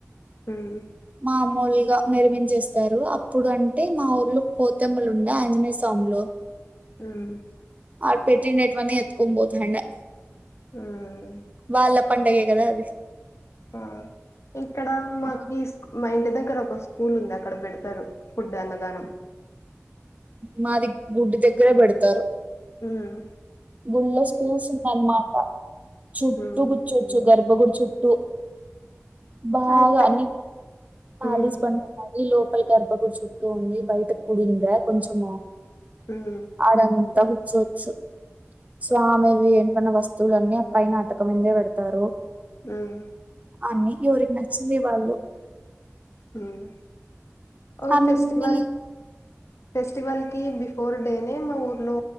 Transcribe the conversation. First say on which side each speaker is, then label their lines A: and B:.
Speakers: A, on the left; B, on the right.
A: మ్మ్
B: మామూలుగా మెరుమించేస్తారు అప్పుడు అంటే మా ఊర్లో కోతిమ్మలు ఉండే ఆంజనేయ స్వాములు
A: ఉమ్
B: ఆ పెట్టినేటివన్ని ఎత్తుకొని పోతాండే
A: ఉమ్
B: వాళ్ళ పండగే కదా అది
A: ఆ ఇక్కడ మాకిస్
B: ఆ!
A: మా ఇంటి దగ్ గ్గర ఒక స్కూల్ ఉంది అక్కడ పెడతారు ఫుడ్ అన్నదానం
B: మాది గుడి దగ్గరే పెడతారు
A: ఊహూ
B: గుళ్ళొ స్పేస్ ఉందన్నమాట చుట్టూ
A: ఉమ్
B: కూర్చోచ్చు గర్భ గుడ్ చుట్టూ బాగా
A: అయిపోయి
B: అని పాలీస్
A: ఉమ్
B: బండ ఈ లోపలి గర్భగుడి చుట్టూ ఉంది బయట కుడింది కొంచము
A: హ్మ్
B: ఆడంతం చొచ్చు స్వామివి ఏంటన్న వస్తువులన్నీ అ పైన అటకం మీందే పెడతారు
A: మ్మ్
B: అన్ని ఎవరికి నచ్చింది వాళ్ళు
A: ఉమ్ ఓ
B: అన్ని
A: ఫెస్టివల్ ఫెస్టివల్కి బిఫోర్ డే టే మా ఊర్లో